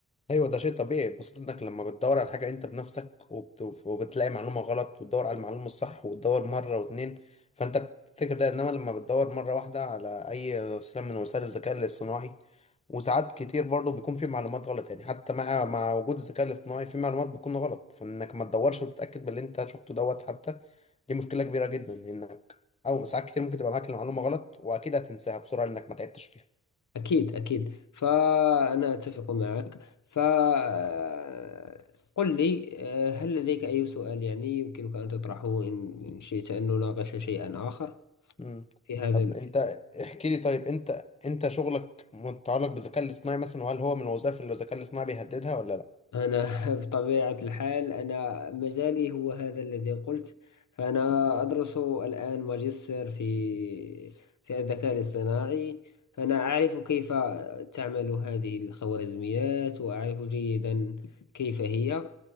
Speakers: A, on the left; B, on the left.
A: ايوه ده شيء طبيعي بخصوص انك لما بتدور على حاجة انت بنفسك وبت... وبتلاقي معلومة غلط وتدور على المعلومة الصح وتدور مرة واتنين فانت بتفتكر ده انما لما بتدور مرة واحدة على اي وسيلة من وسائل الذكاء الاصطناعي وساعات كتير برضه بيكون في معلومات غلط يعني حتى مع مع وجود الذكاء الاصطناعي في معلومات بتكون غلط فانك ما تدورش وتتأكد باللي انت شفته دوت حتى دي مشكلة كبيرة جدا انك او ساعات كتير ممكن تبقى معاك المعلومة غلط واكيد هتنساها بسرعة لانك ما تعبتش فيها
B: أكيد أكيد فأنا أتفق معك فقل لي آه، هل لديك أي سؤال يعني يمكنك أن تطرحه إن إن شئت أن نناقش شيئا آخر
A: مم.
B: في هذا
A: طب انت احكي لي طيب انت انت شغلك متعلق بالذكاء الاصطناعي مثلا وهل هو من الوظائف اللي الذكاء الاصطناعي بيهددها ولا لا؟
B: أنا <laughs> بطبيعة الحال أنا مجالي هو هذا الذي قلت فأنا أدرس الآن ماجستير في في الذكاء الاصطناعي فأنا أعرف كيف تعمل هذه الخوارزميات وأعرف جيدا كيف هي